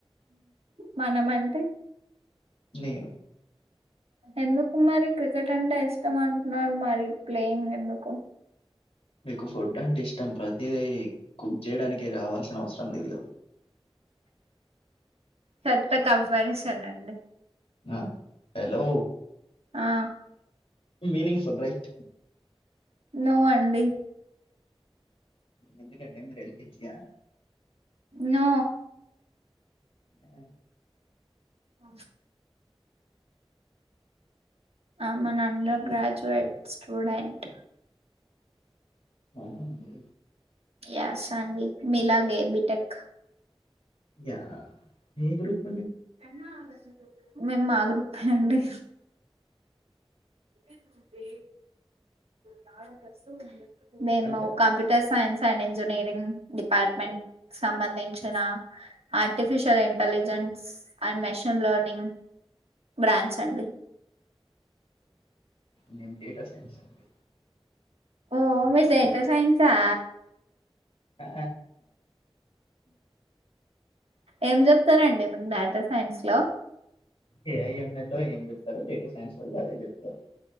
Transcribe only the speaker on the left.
నేను
మీకు ఫుడ్ అంటే ఇష్టం ప్రతదీ కుక్ చేయడానినికి రావాల్సిన అవసరం లేదు ఇవ
ఆ హలో
మీనింగ్ ఫుల్ రైట్
ఎందుకండి మ రెల్ కేజీయా
ఆ
అవునా అండి
<unintelligible>
అంటే
నేన్ డేటా సైన్స్ అండి
ఆ
ఏ ఐఎంఎ లో ఏం చెప్తారు డేటా సైన్స్ అ అదే చెప్తారు